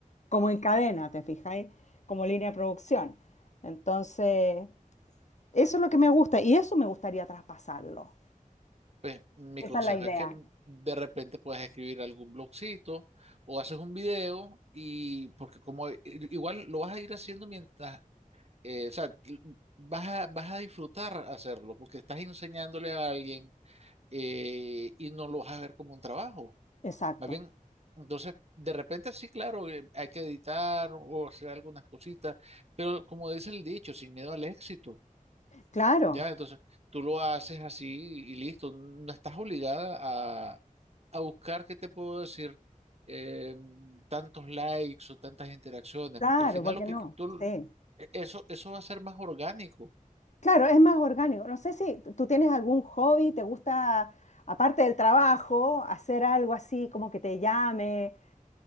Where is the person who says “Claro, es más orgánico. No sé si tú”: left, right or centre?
Left